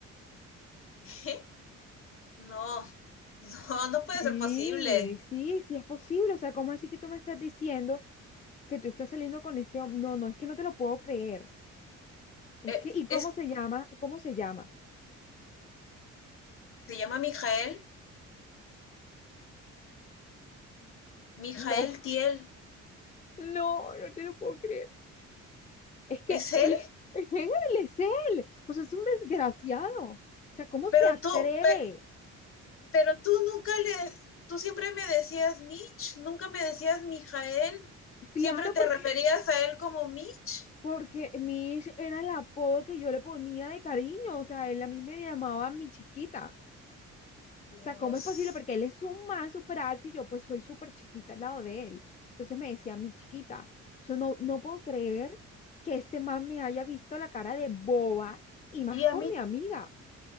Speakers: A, on the left; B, on the left.
A: <laughs> No, No, no puede
B: Sí,
A: ser posible.
B: sí, sí es posible. O sea, ¿cómo así que tú me estás diciendo que tú estás saliendo con este hombre? No, no, es que no te lo puedo creer. Es
A: Eh,
B: que, ¿y cómo
A: es,
B: se llama? ¿Cómo se llama?
A: se llama Mijael, Mijael
B: No,
A: Tiel.
B: no, no te lo puedo creer. Es que
A: ¿Es él?
B: él, <laughs> es él, es él. O sea, es un desgraciado. O sea, ¿cómo se
A: Pero
B: atreve?
A: tú, pe- pero tú nunca le, tú siempre me decías Mitch, nunca me decías Mijael.
B: Claro,
A: Siempre te
B: porque
A: referías a él como Mitch.
B: Porque Mish era el apodo que yo le ponía de cariño, o sea, él a mí me llamaba mi chiquita.
A: Dios.
B: O sea, ¿cómo es posible? Porque él es un man súper alto y yo pues soy súper chiquita al lado de él. Entonces me decía mi chiquita. Yo no, no puedo creer que este man me haya visto la cara de boba y más
A: Y
B: con
A: a mí,
B: mi amiga.